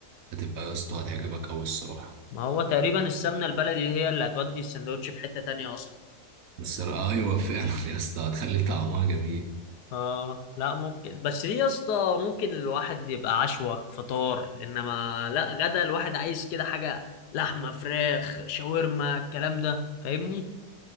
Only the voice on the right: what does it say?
هتبقى يا اسطى هتعجبك قوي الصراحه
السرقه ايوه فعلا يا اسطى هتخلي طعمها جميل